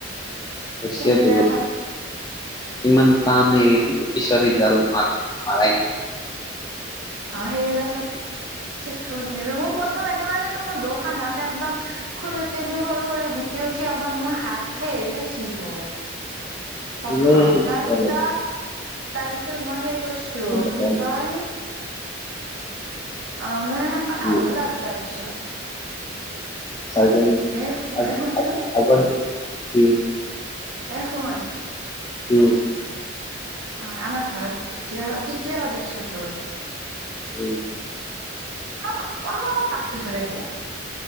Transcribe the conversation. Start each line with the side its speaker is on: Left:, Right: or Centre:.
Left: <unintelligible>
Right: সেইগিলা চব
Left: ইমানমান তানে কিশৰ দাল মাৰ
Right: অ সেইবিলা চব চেক কৰি দিবি, মোৰ প্ৰথম এইটো কাৰণটো মোৰ দুইখন হাত একদম খোজোতি উঠি সৰু সৰু গুটি উঠি একদম মোৰ হাত থে হৈ গৈছেটো প্ৰথম
Left: ইনেই
Right: তাৰপিছত
Left: দেখুৱালে
Right: তাৰপিছত মই সেই কৰিছো
Left: দেখুৱালে
Right: কি কয় অ মই সেনেকা
Left: কি
Right: ভাল হ'ল আৰু তাৰপিছত
Left: চাইকেল লৈ
Right: এ
Left: আ
Right: এ শুনচোন
Left: আ আগৰ সেই
Right: এক সময়ত
Left: উম
Right: অ আমাৰ ঘৰত তিতীয় তৃতীয় সদস্যটো হয়।
Left: উম
Right: অলপ অলপ মাতটো জোৰকে